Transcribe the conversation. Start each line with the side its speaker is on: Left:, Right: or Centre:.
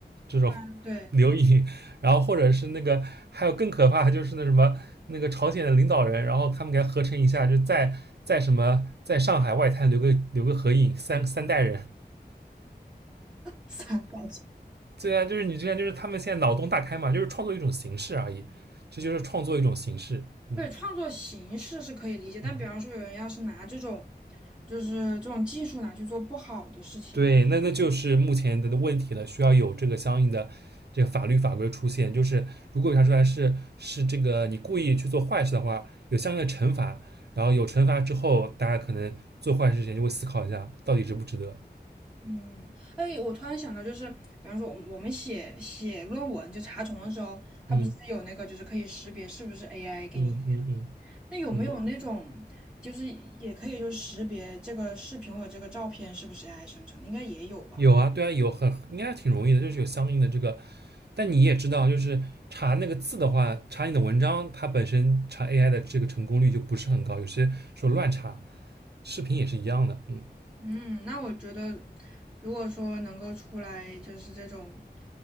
Right: 这种
Centre: <laughs> 对
Right: 留影，然后或者是那个还有更可怕的就是那什么那个朝鲜的领导人，然后他们给他合成一下，就在在什么在上海外滩留个留个合影，三三代人，
Centre: 散打击
Right: 对啊，就是你之前就是他们现在脑洞大开嘛，就是创作一种形式而已，这就是创作一种形式，嗯
Centre: 对，创作形式是可以理解，但比方说有人要是拿这种，
Right: 嗯。
Centre: 就是这种技术拿去做不好的事情，
Right: 对，那那就是目前的问题了，需要有这个相应的这个法律法规出现。就是如果查出来是是这个你故意去做坏事的话，有相应的惩罚，然后有惩罚之后，大家可能做坏事之前就会思考一下，到底值不值得。
Centre: 嗯，哎，我突然想到，就是比方说我们我们写写论文就查重的时候，它不是有那个就是可以识别是不是
Right: 嗯
Centre: AI 给你，
Right: 嗯嗯嗯
Centre: 那有没有那种
Right: 嗯，
Centre: 就是也可以就是识别这个视频或者这个照片是不是 AI 生成的，应该也有吧？
Right: 有啊，对啊，有很应该挺容易的，就是有相应的这个。但你也知道，就是查那个字的话，查你的文章，它本身查 AI 的这个成功率就不是很高，有些时候乱查，视频也是一样的，嗯。
Centre: 嗯，那我觉得，如果说能够出来就是这种